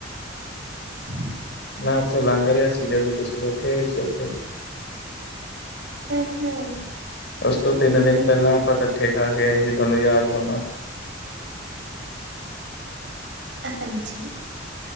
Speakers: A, on the right; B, on the left.
A: <inaudible>
B: ਮੈਂ ਉੱਥੋਂ ਲੰਘ ਰਿਹਾ ਸੀ ਜਦੋਂ ਤੁਸੀਂ ਬੈਠੇ ਹੋਏ ਸੀ ਉੱਥੇ।
A: ਹਮ, ਹਮ
B: ਉਸ ਤੋਂ ਤਿੰਨ ਦਿਨ ਪਹਿਲਾਂ ਆਪਾਂ ਕੱਠੇ ਖਾ ਕੇ ਆਏ ਸੀ ਥੋਨੂੰ ਯਾਦ ਹੋਣਾ।
A: ਹਾਂਜੀ,